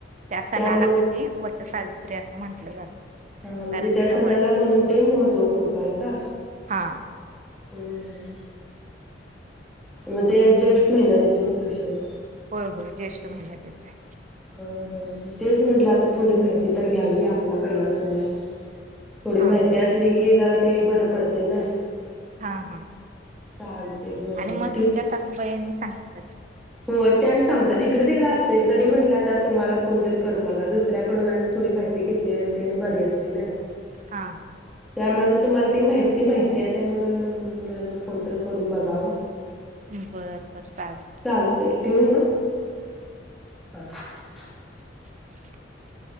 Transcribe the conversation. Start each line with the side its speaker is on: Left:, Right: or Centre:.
Right: त्या सणाला
Centre: त्यामुळे
Right: कणी वट सावित्री असं म्हटलं जातं
Centre: हा म्हणजे
Right: कारण
Centre: त्या
Right: तिनं
Centre: सणाला
Right: व
Centre: म्हणून ते महत्त्व खूप हाय का?
Right: हा
Centre: हूं हूं मग ते जेष्ठ महीन्यात येतो ना तो सण
Right: होय होय ज्येष्ठ महिन्यात येतय
Centre: हा हा तेच म्हटलं आता थोडी माहिती तर घ्यावी आपला पहिला पहिला सण आहे थोडी
Right: हा
Centre: माहिती
Right: हा
Centre: असली की जरा ते बरं पडतय ना.
Right: हा हा
Centre: <inaudible>
Right: आणि
Centre: बर
Right: मग तुमच्या सासूबाईंनी सांगतीलच.
Centre: होय त्या आणि सांगतात इकडे तिकडं असते तरी म्हटलं आता तुम्हाला फोन तरी करून बघा दुसऱ्याकडून आणि थोडी माहिती घेतली आणि तेनं बरी असते ना
Right: हा
Centre: त्यामुळे आता तुम्हाला ती माहिती माहिती आहे त्यामुळे म्हणलं फोन तर करून बघावं.
Right: बर बर चाल
Centre: चालतय ठेवू म <inaudible>
Right: <inaudible>